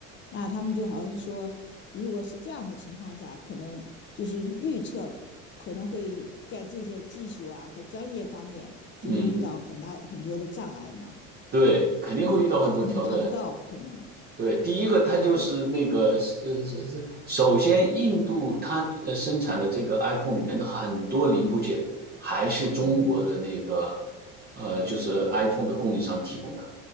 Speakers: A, on the left; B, on the right.
A: 那他们就好像说，如果是这样的情况下，可能就是预测可能会在这些技术啊和专业方面就会遇到很大很多的障碍嘛。
B: 嗯对，肯定会遇到很多挑战，
A: 因为他们达不到可能，
B: 对，第一个它就是那个是是是，
A: 嗯
B: 首先印度它呃生产的这个 iPhone 里面的很多零部件还是中国的那个
A: 嗯，
B: 呃就是 iPhone 的供应商提供的，